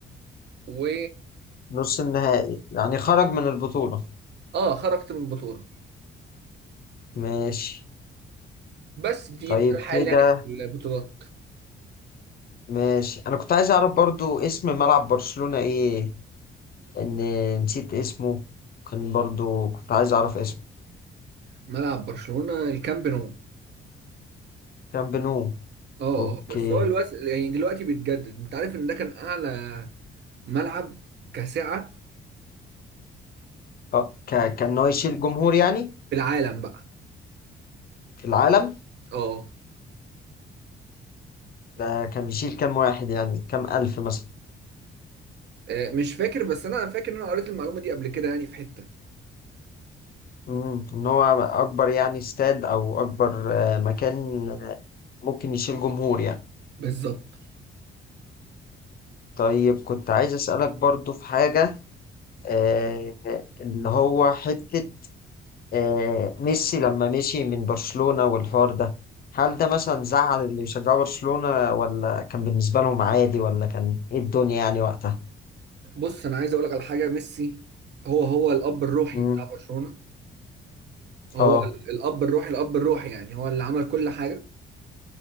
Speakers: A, on the right (about 60°); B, on the left (about 50°).
A: و
B: نص النهائي يعني خرج من البطولة
A: اه خرجت من البطولة
B: ماشي
A: بس دي
B: طيب
A: ده الحال
B: كده
A: يعني في البطولات
B: ماشي انا كنت عايز اعرف برضو اسم ملعب برشلونة ايه لان نسيت اسمه كان برضو كنت عايز اعرف اسمه
A: ملعب برشلونة الكامب نو
B: كان بنو
A: اه
B: اوكي
A: اه بس هو الوس... يعني دلوقتي بيتجدد انت عارف ان ده كان اعلى ملعب كسعة
B: اه ك- كان هو يشيل جمهور يعني
A: في العالم بقى
B: في العالم
A: اه
B: ده كان بيشيل كام واحد يعني كام الف مثلا
A: آه، مش فاكر بس انا فاكر ان انا قريت المعلومة دي قبل كده يعني في حتة
B: امم ان هو اكبر يعني استاد او اكبر آه، مكان آه، ممكن يشيل جمهور يعني
A: بالظبط
B: طيب كنت عايز اسالك برضو في حاجة آه، اللي هو حتة آه، ميسي لما مشي من برشلونة والحوار ده هل ده مثلا زعل اللي بيشجعوا برشلونة ولا كان بالنسبة لهم عادي ولا كان ايه الدنيا يعني وقتها؟
A: بص انا عايز اقول لك على حاجه ميسي هو هو الاب الروحي
B: مم.
A: بتاع برشلونه هو
B: اه
A: ال- الاب الروحي الاب الروحي يعني هو اللي عمل كل حاجه